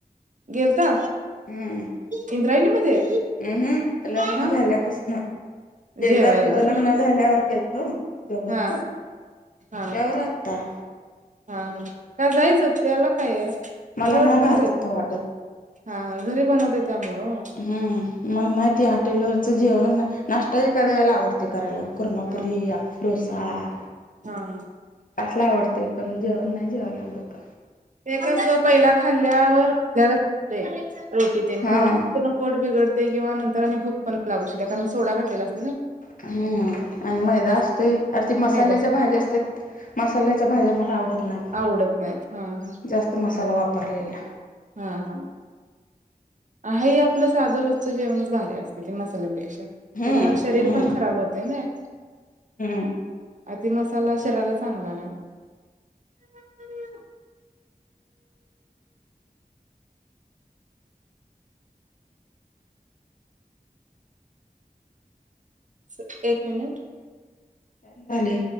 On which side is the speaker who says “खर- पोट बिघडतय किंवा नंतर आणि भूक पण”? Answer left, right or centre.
Right